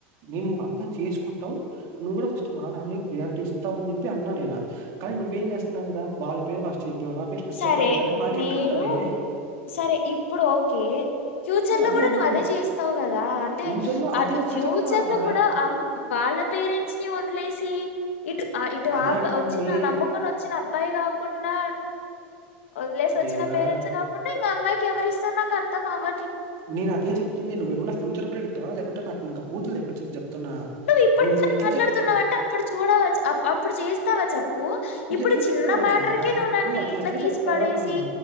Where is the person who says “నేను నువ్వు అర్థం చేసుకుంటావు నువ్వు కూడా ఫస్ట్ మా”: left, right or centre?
Right